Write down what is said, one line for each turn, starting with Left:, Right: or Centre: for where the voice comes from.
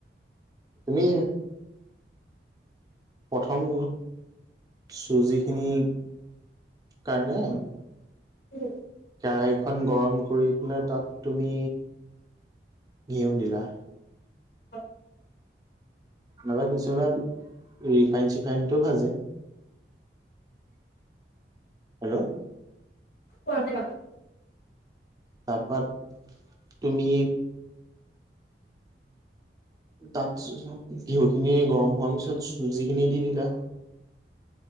Right: তুমি প্ৰথম চুজিখিনি কাৰণে
Left: উম।
Right: কেৰাহিখন গৰম কৰি পেলাই তাত তুমি ঘিউ দিলা।
Left: <inaudible>
Right: নহ'বা কিছুমানে ৰিফাইন চিফাইনটো ভাজে। হেল্ল'।
Left: কোৱা কোৱা
Right: তাৰপা তুমি তাতচ ঘিহুখিনি গৰম হোৱাৰ পিছত চুজিখিনি দি দিলা।